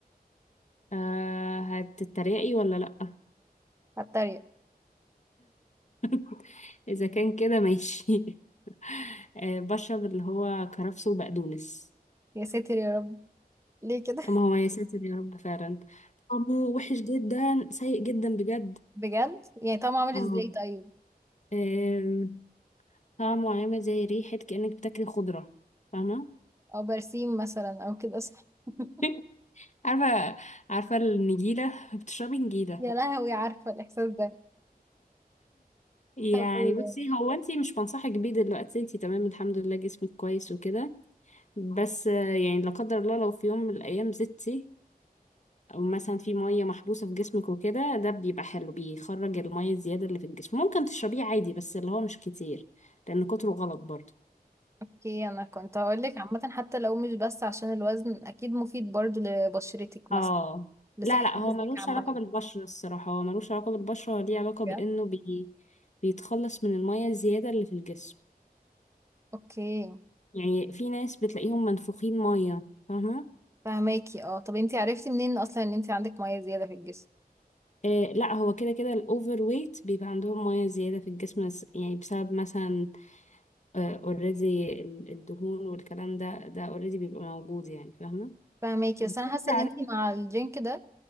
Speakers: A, on the left (about 50°); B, on the right (about 15°).
A: أه هتتريقي ولا لأ
B: هتريق
A: <laughs> اذا كان كده ماشي <laughs> أه بشرب اللي هو كرفس وبقدونس
B: يا ساتر يا رب ليه كده؟ <laughs>
A: اما هو يا ساتر يا رب فعلا طعمه وحش جدا سيء جدا بجد
B: بجد؟ يعني طعمه عامل
A: اه
B: ازاي طيب؟
A: آم، طعمه عامل زي ريحة كأنك بتاكلي خضرة فاهمة
B: او برسيم مثلا او كده صح <laughs>
A: <laughs> عارفة عارفة النجيلة <laughs> بتشربي نجيلة
B: يا لهوي عارفة الإحساس ده
A: يعني
B: طب و-
A: بصي هو انتي مش بنصحك بيه دلوقتي انتي تمام الحمد لله جسمك كويس وكده بس آه، يعني لا قدر الله لو في يوم من الايام زدتي او مثلا في مية محبوسة في جسمك وكده ده بيبقى حلو بيخرج المية الزيادة اللي في الجسم ممكن تشربيه عادي بس اللي هو مش كتير لان كتره غلط برضه
B: اوكي انا كنت هقولك عامة حتى لو مش بس عشان الوزن اكيد مفيد برضو لبشرتك مثلا
A: اه
B: لصحة
A: لا لا
B: جسمك
A: هو ملوش
B: عامة
A: علاقة بالبشرة الصراحة هو ملوش علاقة بالبشرة هو ليه علاقة
B: بجد؟
A: بانه بي... بيتخلص من المية الزيادة اللي في الجسم
B: اوكي
A: يعني في ناس بتلاقيهم منفوخين ميه فاهمه
B: فهماكي اه طب انتي عرفتي منين اصلا ان انتي عندك مية زيادة في الجسم؟
A: آه لا هو كده كده الاوفر ويت بيبقى عندهم ميه زياده في الجسم بس- يعني بسبب مثلا اوريدي الدهون والكلام ده ده اوريدي بيبقى موجود يعني فاهمه
B: فاهماكي
A: وبتمشي
B: بس انا حاسه
A: عليه
B: ان انتي مع الدرينك ده